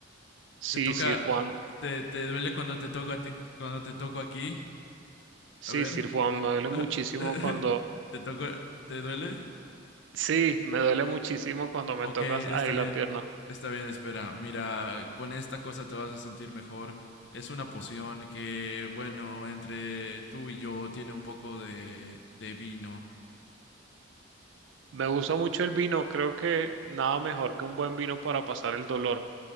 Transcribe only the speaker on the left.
Te toca,
te, te duele cuando te toco a ti- cuando te toco aquí,
a ver.
Ah, eh,
<laughs> ¿Te tocó? ¿Te duele?
Ok,
está
bien.
Está bien, espera. Mira, con esta cosa te vas a sentir mejor. Es una poción que, bueno, entre tú y yo tiene un poco de, de vino.